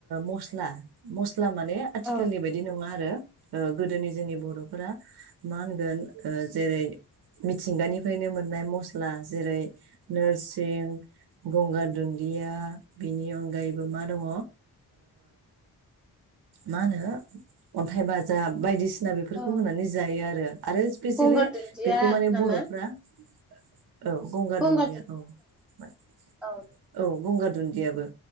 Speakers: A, on the right (about 65°); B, in the centre.
A: मस मस्ला माने आथिखालनि
B: औ
A: बाय <unintelligible> बिदि नंङा आरो गोदोनि जोंनि बर'फोरा मा होनोन जेरै <unintelligible> मिथिंगानिफ्रायनो मोननाय मस्ला जेरै नोरसिं गंगार <unintelligible> दुन्दिया बिनि अनगायैबो मा दंङ मा होनो अन्थाइ बाजाब बायदिसिना बिसिना बेफोरखौ
B: औ
A: होनानै जायो आरो आरो स्पेसेलि
B: गंगारा
A: बेखौ माने
B: नामा
A: बर'फ्रा <unintelligible> औ गंगार
B: गंगामा
A: दुन्दिया औाल
B: औ
A: <unintelligible> औ गंगार दुन्दियाबो